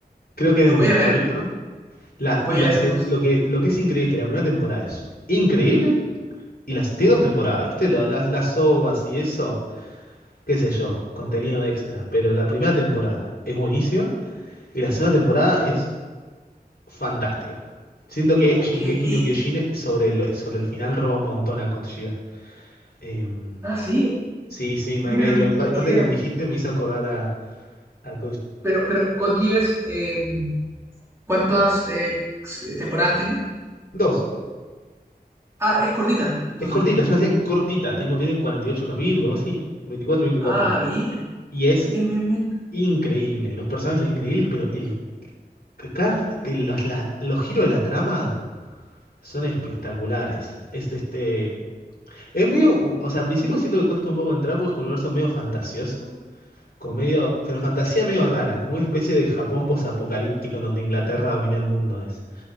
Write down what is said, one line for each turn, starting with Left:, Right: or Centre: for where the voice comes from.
Left: creo que es
Right: Lo
Left: de mis
Right: voy a
Left: favoritos.
Right: ver.
Left: La,
Right: Lo voy
Left: y la,
Right: a ver
Left: seg-
Right: entonces.
Left: lo que, lo que es increíble es que la primera temporada es increíble y las tiene dos temporadas, ¿viste? Lo- las, las OVAs y eso, qué sé yo, contenido extra. Pero la primera temporada es buenísima y la segunda temporada es fantástica. Siento que
Right: Uh,
Left: Shingeki
Right: qué bien.
Left: no Kyojin sobre el, sobre el final roba un montón a Code Geass. Em,
Right: Ah, sí.
Left: sí, sí, me,
Right: Mira,
Left: me-
Right: no,
Left: lo-
Right: no
Left: aparte
Right: tenía idea.
Left: que me dijiste me hizo acordar A
Right: Pero, pero, Code Geass, eh, ¿cuántas eh, s- eh, temporadas tiene?
Left: Dos.
Right: Ah, es cortita, entonces.
Left: Es cortita, es una serie cortita. Tipo, tiene 48 capítulos, o así. 24, 24.
Right: Ah, bien.
Left: Y es
Right: Bien, bien, bien.
Left: increíble. Los personajes son increíbles, pero el, cada- el- los, la- los giros de la trama son espectaculares. Es, este, es medio. O sea, al principio siento que cuesta un poco entrar porque es un universo medio fantasioso. Como medio, pero fantasía medio rara, como una especie de Japón posapocalíptico en donde Inglaterra domina el mundo. Es,